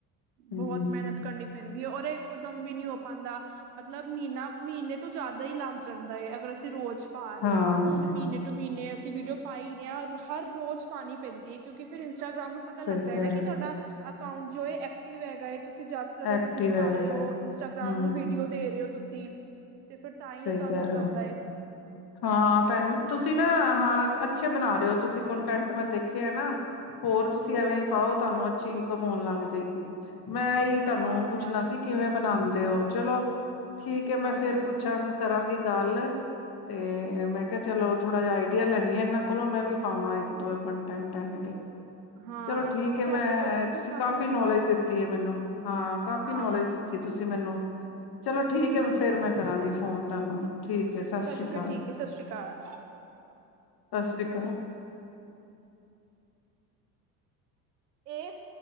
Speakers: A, on the left; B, on the right.
A: ਹਮ
B: ਬਹੁਤ ਮੈਨਤ ਕਰਨੀ ਪੈਂਦੀ ਏ ਔਰ ਐ ਇੱਕੋ ਦਮ ਵੀ ਨੀ ਹੋ ਪਾਂਦਾ ਮਤਲਬ ਮਅਈਨਾ, ਮਅਈਨੇ ਤੋਂ ਜਾਦਾ ਈ ਲੱਗ ਜਾਂਦਾ ਏ ਅਗਰ ਅਸੀਂ ਰੋਜ਼ ਪਾ ਰੇ
A: ਹਾਂ
B: ਆ, ਮੀਨੇ ਟੂ ਮੀਨੇ ਅਸੀਂ ਵੀਡੀਓ ਪਾ ਈ ਰੇ ਆ ਔਰ ਹਰ ਰੋਜ਼ ਪਾਣੀ ਪੈਂਦੀ ਏ ਕਿਉਂਕਿ ਫੇਰ ਇੰਸਟਾਗ੍ਰਾਮ ਨੂੰ ਪਤਾ ਲੱਗਦਾ
A: ਸਹੀ ਕਹਿ
B: ਏ ਨਾ
A: ਰਹੇ
B: ਕਿ
A: ਹੋ
B: ਸਾਡਾ ਅਕਾਂਊਟ ਜੋ ਏ ਐਕਟਿਵ ਹੈਗਾ ਏ। ਤੁਸੀਂ ਜਾਦਾ ਤੋਂ ਜਾਦਾ
A: ਐਕਟਿਵ
B: ਰੀਲਸ ਪਾ
A: ਹੈਗਾ
B: ਰੇ ਓ, ਇੰਸਟਾਗ੍ਰਾਮ
A: ਹਮ
B: ਨੂੰ ਵੀਡੀਓ ਦੇ ਰੇ ਓ ਤੁਸੀਂ ਤੇ ਫੇਰ ਤਾਂ ਈ
A: ਸਹੀ
B: ਓ ਤੁਆਨੂੰ
A: ਕਹਿ
B: ਓ
A: ਰਹੇ ਹੋ
B: ਕਰਦਾ ਏ।
A: ਹਾਂ ਭੈਨਜੀ, ਤੁਸੀਂ ਨਾ ਹਾਂ ਅੱਛੇ ਬਨਾ ਰੇ ਓ ਤੁਸੀਂ ਕੋਂਟੈਂਟ, ਮੈਂ ਦੇਖੇ ਐ ਨਾ। ਹੋਰ ਤੁਸੀ ਐਵੇਂ ਈ ਪਾਓ,
B: ਹਾਂ
A: ਤੋਆਨੂੰ ਅੱਛੀ ਇਨਕਮ ਹੋਨ ਲੱਗ ਜੇ ਗੀ। ਮੈਂ ਐਈ ਤਾਨੂੰ
B: ਹਾਂ
A: ਪੁੱਛਣਾ
B: ਬਸ
A: ਸੀ, ਕਿਵੇਂ ਬਨਾਂਦੇ ਓ, ਚਲੋ ਠੀਕ ਐ ਮੈਂ
B: ਹਾਂ
A: ਫੇਰ
B: ਹਾਂ
A: ਪੁੱਛ <unintelligible> ਕਰਾਂਗੀ ਗਾੱਲ, ਤੇ ਮੈਂ ਕੇਆ ਚਲੋ ਥੋੜਾ ਜਾ ਆਈ ਆਈਡੀਆ ਲੈਨੀ ਆਂ ਐਨਾਂ ਕੋਲੋਂ, ਮੈਂ ਵੀ ਪਾਵਾਂ ਇੱਕ-ਦੋ ਕੰਟੈਂਟ ਐਵੇਂ ਦੇ
B: ਹਾਂ
A: ਚਲੋ ਠੀਕ ਏ
B: ਤੁਹਾਡੇ
A: ਮੈਂ
B: ਕੋਲ ਤੁਸੀਂ
A: ਤੁਸੀ ਕਾਫ਼ੀ
B: ਕੁਛ
A: ਨੌਲੇਜ
B: ਪਾ ਸਕਦੇ
A: ਦਿੱਤੀ
B: ਹੋ
A: ਏ ਮੈਨੂੰ, ਹਾਂ। ਕਾਫ਼ੀ
B: ਹਾਂ
A: ਨੌਲੇਜ
B: ਹਾਂ
A: ਦਿੱਤੀ ਏ ਤੁਸੀ ਮੈਨੂੰ, ਚਲੋ ਠੀਕ ਏ
B: ਹਾਂਜੀ
A: ਫੇਰ
B: ਹਾਂਜੀ
A: ਮੈਂ ਕਰਾਂਗੀ ਫੋਨ ਤਾਨੂੰ, ਠੀਕ ਏ ਸਾਸ਼੍ਰੀ
B: ਚਲੋ ਫਿਰ
A: ਕਾਲ।
B: ਠੀਕ ਹੈ ਸਤਿ ਸ਼੍ਰੀ ਅਕਾਲ
A: ਸਾਸਰੀ ਕਾਲ।
B: ਏਕ